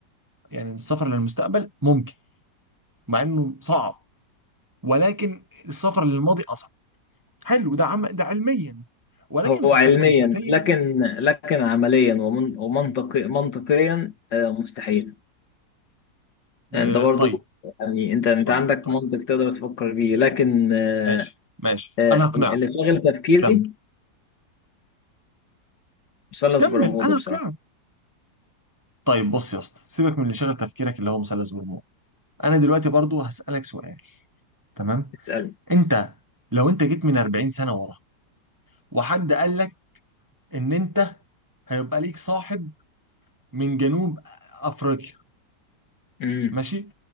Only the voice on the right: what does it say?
يعني السفر للمستقبل ممكن مع انه صعب ولكن السفر للماضي اصعب حلو ده عم ده علميا ولكن
فلس-
فلسفيا
آه،
طيب
طيب
طيب
ماشي ماشي
انا هقنعك
كمل
كمل
انا
هقنعك طيب بص يا اسطى سيبك من اللي شغل تفكيرك اللي هو مثلث برمودا انا دلوقتي برضو هسألك سؤال تمام
انت لو انت جيت من 40 سنة ورا وحد قال لك ان انت هيبقى ليك صاحب من جنوب افريقيا
ماشي